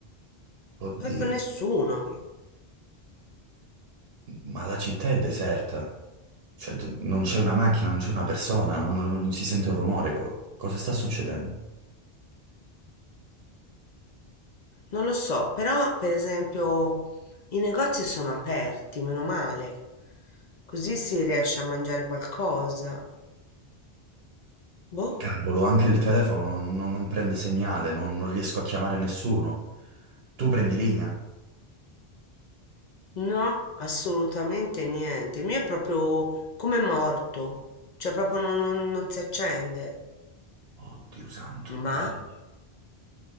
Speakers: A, on the right (about 70°); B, on the left (about 50°).
A: Oddio,
B: Proprio nessuno.
A: ma la città è deserta. Cioè, d- non c'è una macchina, non c'è una persona, non, non- non si sente un rumore. Co- cosa sta succedendo?
B: Non lo so, però per esempio i negozi sono aperti, meno male. Così si riesce a mangiare qualcosa. Boh,
A: Cavolo, anche il telefono non, non- non prende segnale, non, non riesco a chiamare nessuno. Tu prendi linea?
B: no, assolutamente niente. Il mio è proprio come morto, cioè proprio non, non- non si accende.
A: Oddio santo, oddio
B: Ma
A: santo.